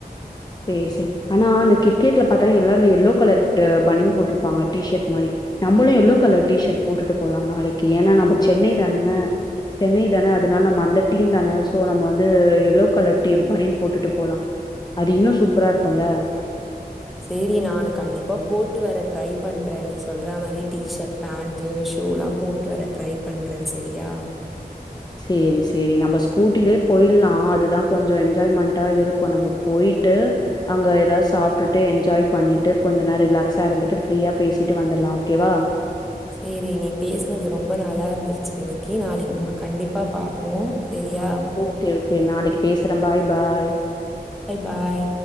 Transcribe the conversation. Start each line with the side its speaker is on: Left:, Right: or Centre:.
Left: சேரி சேரி ஆனா அந்த கிரிக்கெட்ல பாத்தேன்னா எல்லா அந்த எல்லோ கலர் த பனியன் போட்டிருப்பாங்க டீசர்ட் மாரி நம்மளு எல்லோ கலர் டிஷர்ட் போட்டுட்டு போலா நாளைக்கி ஏன்னா நம்ம சென்னை தானே சென்னை தானே அதனால நம்ம அந்த டீம் தானே சோ நம்ம வந்து எல்லோ கலர் டீ பனியன் போட்டுட்டு போலா அது இன்னு சூப்பரா இருக்கு இல்ல
Centre: சேரி நானு கண்டிப்பா போட்டு வர ட்ரை பண்றே நீ சொல்ற மாரி டீஷர்ட் பேண்ட்டு சு லு எல்லாம் போட்டு வர ட்ரை பண்றே செரியா
Left: சேரி சேரி நம்ம ஸ்கூட்டிலயே போயிடலா அதுதா கொஞ்சோ என்ஜாய்மென்ட்டா இருக்கு நம்ம போயி ட்டு அங்க ஏதாவது சாப்பிட்டுட்டு என்ஜாய் பண்ணிட்டு கொஞ்ச நேர ரிலாக்ஸா இருந்துட்டு ஃப்ரீயா பேசிட்டு வந்த ரலா ஓகேவா
Centre: சேரி நீ பேசினது ரொம்ப நல்லா இருந்துச்சு இன்னைக்கி நாளைக்கி நம்ம கண்டிப்பா பாப்போ செரியா
Left: ஓகே ஓகே நாளைக்கி பேசுறே பாய் பாய்
Centre: பாய் பாய்